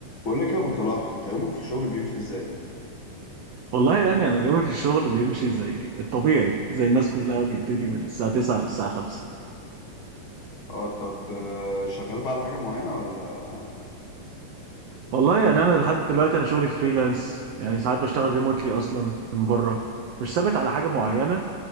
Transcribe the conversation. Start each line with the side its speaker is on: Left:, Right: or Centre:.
Left: بقول لك يا ابو صلاح انت يومك في الشغل بيمشي ازاي
Right: والله يعني انا يومي في الشغل بيمشي زي الطبيعي زي الناس كلها بيبتدي من الساعه 9 للساعه 5
Left: اه طب آه، شغال بقى على حاجه معينه ولا
Right: والله يعني انا لحد دلوقتي انا شغلي فريلانس يعني ساعات بشتغل ريموتلي اصلا من بره مش ثابت على حاجه معينه